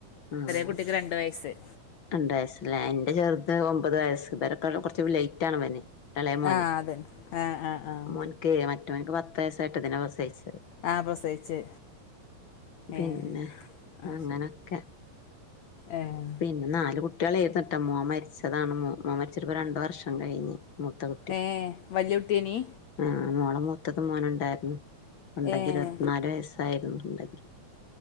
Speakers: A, on the left; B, on the left.
A: ഉം
B: കുട്ടിക്ക് രണ്ട് വയസായി
A: രണ്ട വയസ്സല്ലേ എന്റെ ചെറുത് ഒമ്പത് വയസ്സ് ഇവരെക്ക കുറച്ച ലേറ്റ് ആണ് അവന് ഇളയ മോന്
B: ആഹ് അതന്നെ ആഹ് ആഹ് ആഹ്
A: മോനക്ക് മറ്റ മോനക്ക് പത്ത വയസായിട്ട് ഇതിന പ്രസവ്ച്ച
B: ആഹ് പ്രസവിച്ച്
A: പിന്നെ
B: ഏഹ് അത്
A: അങ്ങനൊക്കെ
B: ശരി ഏഹ്
A: പിന്നെ നാല് കുട്ടികൾയിര്ന്ട്ടാ മോൻ മരിച്ചതാണ് മോൻ മരിച്ചട്ടപ്പോ രണ്ട വർഷം കഴിഞ്ഞ് മൂത്ത കുട്ടി
B: ഏഹ് വല്യ കുട്ടിയേനി
A: ആഹ് മോളെ മൂത്തത് മോനുണ്ടായിരുന്നു ഉണ്ടെങ്കിൽ
B: ഏഹ്
A: ഇരുപത്തിനാല് വയസ്സായിരുന്നുണ്ടെങ്കിൽ